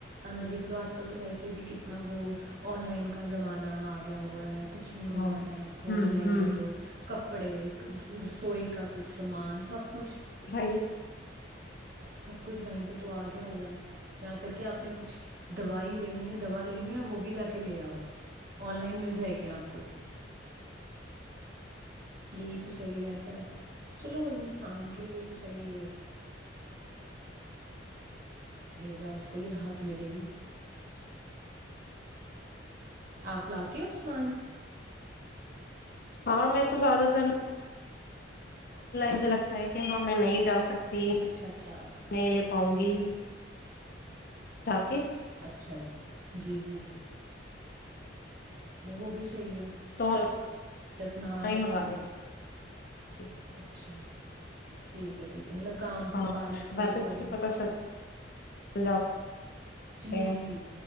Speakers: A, on the right; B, on the left.
A: اندر ہی کرو آج کل تو ویسے بھی کتنا وہ آن لائن کا زمانہ آ گیا ہوا ہے کچھ بھی منگوانا
B: ہاں
A: ہے آپ کو
B: ہوں
A: آن لائن
B: ہوں
A: لے لو کپڑے رسوئی کا کچھ ھ سامان سب کچھ
B: بھائی
A: سب کچھ وہیں پہ تو آ گیا ہوا ہے یہاں تک کہ آپ نے کچھ دوائی لینی ہے دوا لینی ہے وہ بھی جا کے لے آؤ آن لائن مل جائے گی آپ کو یھی ٹو صحی رہتا ہے چاؤ انساں ك لیا تو سہی رہتا ہے اپ لاتے ہوں سامان
B: ہاں میں تو زیادہ ترائ مجھے لگتا ہے کہ ہاں میں نہیں جا سکتا <unintelligible>
A: اچھا اچھا
B: نہیں لے پاؤں گی جا کے
A: اچھای جی جی وہ بھی چیے
B: تو آن
A: جبنائے
B: لائن
A: <unintelligible>
B: منگا لیتی ہوں۔
A: اچھا ٹھیک ہے ٹھیک ہے مطلب کام
B: ہاں
A: سے پارخ فورخ
B: بس
A: ہو
B: سے
A: کے
B: پتا <unintelligible>
A: جی
B: ہیں
A: جی